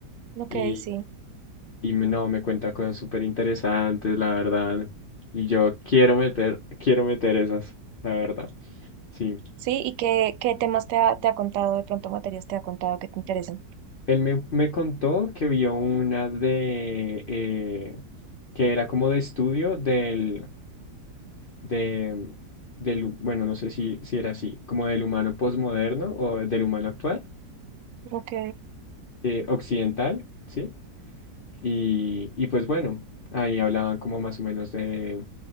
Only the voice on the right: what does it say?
Ok,
sí.
Sí, ¿y qué, qué temas te ha, te ha contado de pronto, materias te ha contado que te interesen?
Ok,